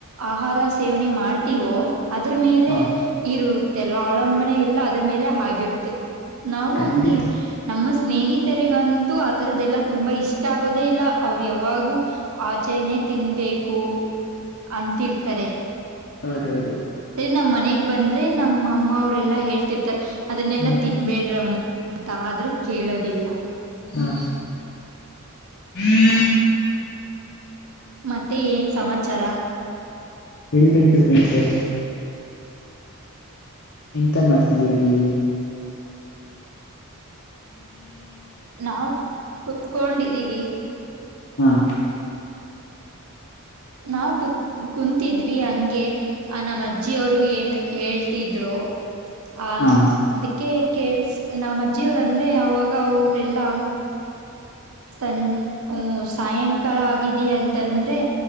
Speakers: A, on the right (about 70°); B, on the left (about 50°).
A: ಆಹಾರ ಸೇವನೆ ಮಾಡ್ತೀವೋ ಅದ್ರ ಮೇಲೆ
B: ಹೌದು
A: ಇರುತ್ತೆ ಅಲ್ವಾ ಅವಲಂಬನೆ ಎಲ್ಲ ಅದ್ರ ಮೇಲೆ ಹಾಗಿರುತ್ತೆ ನಾವು
B: ಖಂಡಿತ
A: ಹಂಗೆ. ನಮ್ಮ ಸ್ನೇಹಿತರಿಗಂತೂ ಆತರದ್ದೆಲ್ಲಾ ತುಂಬಾ ಇಷ್ಟ ಆಗೋದೇ ಇಲ್ಲ ಅವ್ರ ಯಾವಾಗೂ. ಆಚೆನೇ ತಿನ್ಬೇಕು ಅಂತಿರ್ತಾರೆ.
B: ಹೌದ ಹೌದು
A: ಇನ್ನ ನಮ್ಮ ಮನೆಗ ಬಂದ್ರೆ ನಮ್ಮ ಅಮ್ಮ ಅವ್ರೆಲ್ಲಾ ಹೇಳ್ತಿರ್ತಾರೆ ಅದನ್ನೆಲ್ಲಾ
B: ಹ್ಮ್
A: ತಿನ್ಬೇಡ್ರಮ್ಮ. ತ್ತಾಆದ್ರೂ ಕೇಳದಿಲ್ಲಾ.
B: ಹ ಹ
A: ಮತ್ತೆ ಏನು ಸಮಾಚಾರಾ.
B: ಹೇಳ್ಬೇಕು ಸ್ನೇಹಿತರೆ. ಎಂತ ಮಾಡ್ತಿದ್ದೀರಾ ನೀವು
A: ನಾವು ಕುತ್ಕೊಂಡಿದೀವಿ.
B: ಹಾ
A: ನಾವು ಕುತ್ ಕುಂತಿದ್ವಿ ಹಂಗೆ. ಆ ನಮ್ಮ್ ಅಜ್ಜಿಯ ಅವರು ಹೇಳ್ತಿದ್ರು. ಆ
B: ಹಾ
A: ಅದಕ್ಕೆ ಕೇಳ್ಸ್ ನಮ್ಮ್ ಅಜ್ಜಿಯವ್ರ ಅಂದ್ರೆ ಅವಾಗ ಅವ್ರೆಲ್ಲಾ. ಸಂ ಸಾಯಂಕಾಲ ಆಗಿದ ಅಂತಂದ್ರೆ